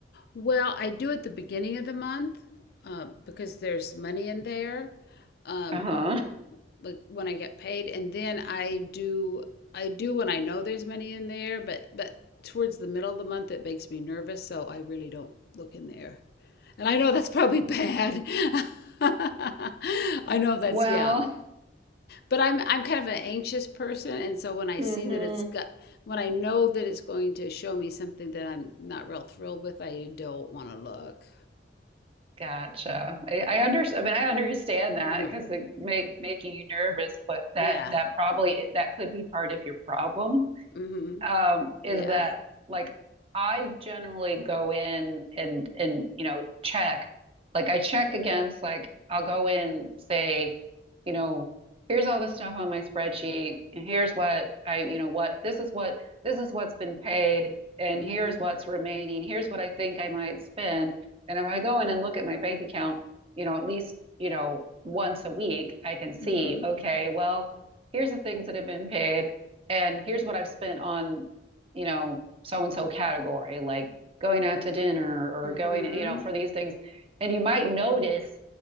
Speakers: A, on the left; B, on the right.
A: Well, I do at the beginning of the month um, because there's money in there. Um,
B: Uh-huh.
A: like when I get paid, and then I do I do when I know there's money in there, but but towards the middle of the month it makes me nervous, so I really don't look in there. And I know that's probably bad. <laughs> I know that's
B: Well,
A: yeah, but I'm I'm kind of an anxious person, and so when I
B: mm
A: see
B: hmm
A: that it's got when I know that it's going to show me something that I'm not real thrilled with, I don't want to look.
B: Gotcha. I, I understand. I mean, I understand
A: hmm
B: that because it make making you nervous, but that
A: Yeah.
B: that probably that could be part of your problem.
A: hmm
B: um,
A: Yeah.
B: is that like I generally go in and and you know check, like I check against like I'll go in say, you know, here's all the stuff on my spreadsheet, and here's what I you know what this is what this is what's been paid, and
A: hmm
B: here's what's remaining, here's what I think I might spend, and if I go in and look at my bank account, you know, at least you know once a week, I can see
A: hmm
B: okay, well, here's the things that have been paid and here's what I've spent on, you know, so and so category, like going out to dinner or
A: hmm
B: going, you know, for these things. And you might notice